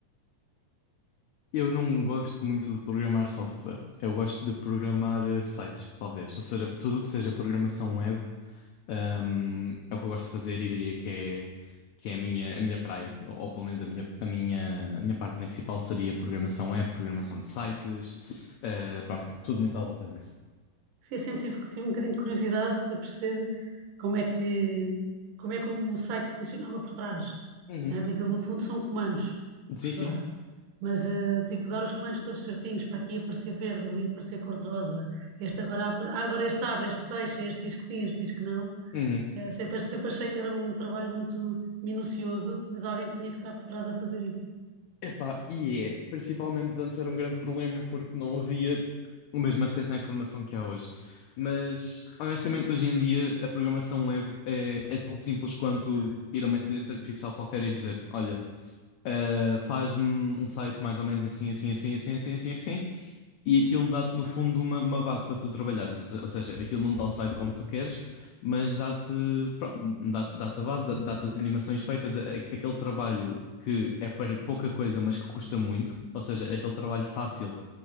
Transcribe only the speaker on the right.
Sim, eu sempre tive, tive um bocadinho de curiosidade para perceber como é que, como é que o site funcionava por trás,
não é? Porque aquilo no fundo são comandos
que se
dá. Mas, eh, tipo, dar os comandos todos certinhos, para aqui aparecer verde, ali aparecer cor-de-rosa, este agora abre, ah, agora este abre, este fecha, este diz que sim, este diz que não.
Eh, sempre, sempre achei que era um trabalho muito minucioso, mas alguém tinha que estar por trás a fazer isso.